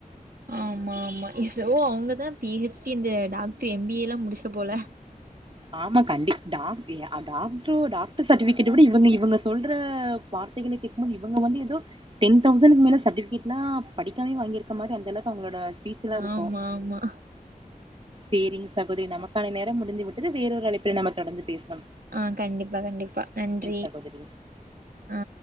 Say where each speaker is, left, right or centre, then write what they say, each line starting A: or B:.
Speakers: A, on the right; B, on the right.
A: ஆமா ஆமா ஏதோ அவுங்கதா பி ஹெச் டி இந்த டாக்டர் எம் பி ஏ எல்லா முடிச்ச போல
B: ஆமா கண்டிப் டாக் டாக்டரு டாக்டர் சர்டிஃபிகேட் விட இவுங்க இவுங்க சொல்ற வார்த்தைகள கேக்கும்மோது இவங்க வந்து எதோ டென்தௌசண்ட்க்கு மேல சர்டிஃபிகட்ல படிக்காமயே வாங்கிருக்க மாரி அந்தளவுக்கு அவுங்களோட ஸ்பீச் எல்லாம் இருக்கும்
A: ஆமா ஆமா
B: சேரிங்க சகோதிரி நமக்கான நேரம் முடிந்து விட்டுது வேற ஒரு அழைப்புல நம்ப தொடர்ந்து பேஸ்
A: ஆ கண்டிப்பா கண்டிப்பா நன்றி
B: சகோதரி
A: ஆ